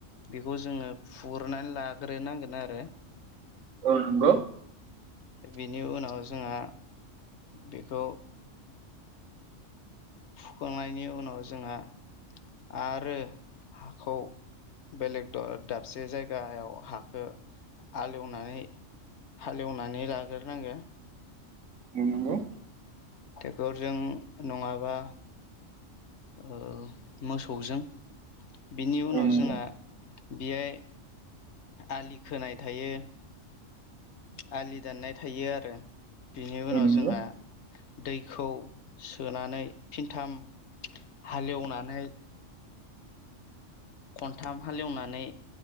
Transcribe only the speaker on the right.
औ नंगौ।
<inaudible>
नंगौ।
औ नंगौ
औ नंगौ